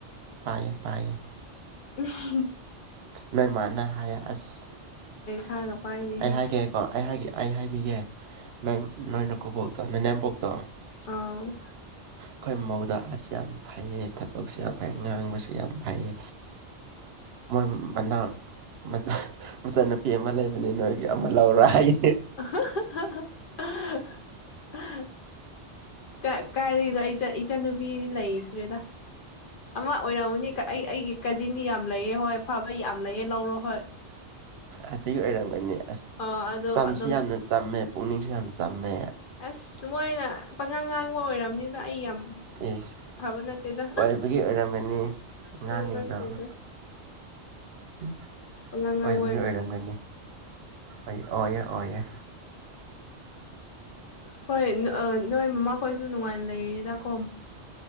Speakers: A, on the right (about 65°); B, on the left (about 55°).
A: ꯄꯥꯏꯌꯦ ꯄꯥꯏꯌꯦ
B: ꯎꯝ
A: ꯅꯣꯏ ꯃꯥꯅ ꯍꯥꯏꯌꯦ ꯑꯁ
B: ꯊꯥꯒ ꯄꯥꯏꯔꯦꯍꯦ
A: ꯑꯩ ꯍꯥꯏꯒꯦꯀꯣ ꯑꯩ ꯍꯥꯏꯒꯦ ꯑꯩ ꯍꯥꯏꯕꯤꯒꯦ ꯅꯣꯏ ꯅꯣꯏꯅ ꯀꯕꯣ ꯇ ꯅ ꯅꯅꯦꯦꯝꯄꯣꯛ ꯇꯣ
B: ꯑꯣ
A: ꯑꯩꯈꯣꯏ ꯃꯧꯗ ꯑꯁ ꯌꯥꯝ ꯐꯩꯌꯦ ꯊꯕꯛꯁꯨ ꯌꯥꯝ ꯐꯩ ꯉꯥꯡꯕꯁꯨ ꯌꯥꯝ ꯐꯩꯌꯦ ꯃꯣꯏ ꯃꯅꯥ ꯑꯃ ꯂꯩꯕꯅꯦ ꯅꯣꯏ ꯑꯃ ꯂꯧꯔ ꯑꯩ
B: <unintelligible> ꯑ ꯑ ꯀ ꯀꯥꯏꯔꯤꯗꯏ ꯆ ꯏꯆꯥꯟꯅꯨꯄꯤꯗꯤ ꯂꯩꯇ꯭ꯔꯦꯗ ꯑꯃ ꯑꯣꯏꯔꯝꯎꯅꯤ ꯑꯩ ꯑꯩꯒꯤ ꯀꯥꯖꯤꯟꯗꯤ ꯌꯥꯝ ꯂꯩꯑꯦ ꯍꯣꯏ ꯐꯕ ꯌꯥꯝ ꯂꯩꯑꯦ ꯂꯧꯔꯣ ꯍꯣꯏ
A: ꯑꯗꯨꯒꯤ ꯑꯣꯏꯔꯝꯒꯅꯤ ꯑꯁ
B: ꯑ ꯑꯗꯣ
A: ꯆꯝꯁꯨ
B: ꯑꯗꯨꯝ
A: ꯌꯥꯝꯅ ꯆꯝꯃꯦ ꯄꯨꯅꯤꯁ ꯆꯝꯃꯦ
B: ꯑꯁ ꯃꯣꯏꯅ ꯄꯪꯉꯥꯡ ꯉꯥꯛ ꯑꯣꯏꯔꯕꯅꯤꯅ ꯑꯩ ꯌꯥꯝ
A: ꯑꯦꯁ
B: ꯐꯕ ꯅꯠꯇꯦꯗ
A: ꯑꯣꯏꯕꯒꯤ ꯑꯣꯏꯔꯝꯒꯅꯤ ꯑꯉꯥꯡꯉꯗꯣ
B: ꯎꯝ ꯅꯠꯇꯦꯗ
A: ꯎꯝ
B: ꯄꯪꯉꯥꯡ ꯉꯥꯡꯕ
A: ꯑꯣꯏꯕꯒꯤ ꯑꯣꯏꯔꯝꯒꯅꯤ ꯑꯣꯏꯌꯦ ꯑꯣꯏꯌꯦꯦ
B: ꯍꯣꯏ ꯅꯣꯏ ꯃꯃꯥꯈꯣꯏꯁꯨ ꯅꯨꯡꯉꯥꯏꯅ ꯂꯩꯔꯤꯗꯀꯣ